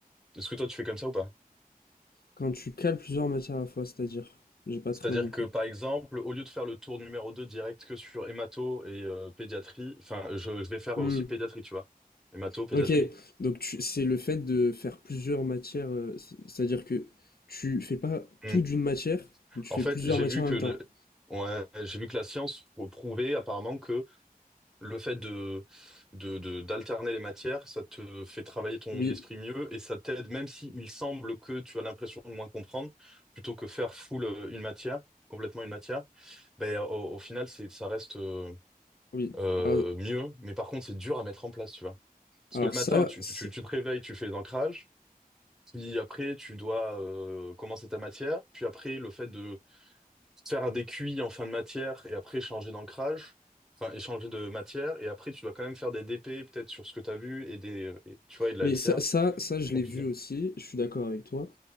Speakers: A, in the centre; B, on the left (about 90°).
A: Est-ce que toi, tu fais comme ça ou pas?
B: Quand tu cales plusieurs matières à la fois, c'est-à-dire? J'ai pas
A: C'est-à-dire
B: très bien compris.
A: que, par exemple, au lieu de faire le tour numéro 2 direct que sur hémato et euh, pédiatrie, enfin, je, je vais faire
B: Hmm.
A: aussi pédiatrie, tu vois. Hémato, pédiatrie.
B: Ok, donc tu- c'est le fait de faire plusieurs matières, euh, c- c'est-à-dire que tu fais pas
A: Mm.
B: tout d'une matière, mais tu
A: En
B: fais
A: fait,
B: plusieurs
A: j'ai
B: matières
A: vu
B: en
A: que,
B: même
A: le-
B: temps.
A: ouais, j'ai vu que la science prou- prouvait apparemment que Le fait de, de, de- d'alterner les matières, ça te fait travailler ton
B: Oui,
A: esprit mieux et ça t'aide, même si il semble que tu as l'impression de moins comprendre, plutôt que faire full euh, une matière, complètement une matière, ben, au, au final, c'est, ça reste euh,
B: oui.
A: euh,
B: Alors,
A: mieux. Mais par contre, c'est dur à mettre en place, tu vois. Parce
B: alors
A: que le matin,
B: ça,
A: tu,
B: c'est-
A: tu, tu te réveilles, tu fais l'ancrage, puis après, tu dois euh, commencer ta matière, puis après, le fait de faire un décuit en fin de matière et après changer d'ancrage, enfin échanger de matière, et après tu dois quand même faire des DP peut-être sur ce que tu as vu et des euh, et, tu vois et de la
B: mais
A: LCA.
B: ça, ça, ça, je
A: Compliqué.
B: l'ai vu aussi, je suis d'accord avec toi.